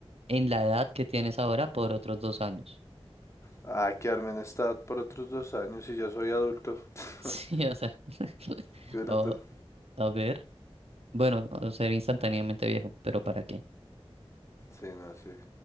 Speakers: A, on the right; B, on the left.
A: en la edad que tienes ahora por otros dos años. <laughs>
B: Ay, quedarme en estado por otros dos años y ya soy adulto. <laughs>
A: Sí, o sea. <laughs>
B: Qué bueno,
A: o-
B: entonces-
A: a ver. Bueno, o ser instantáneamente viejo, pero ¿para qué?
B: sí, no, sí.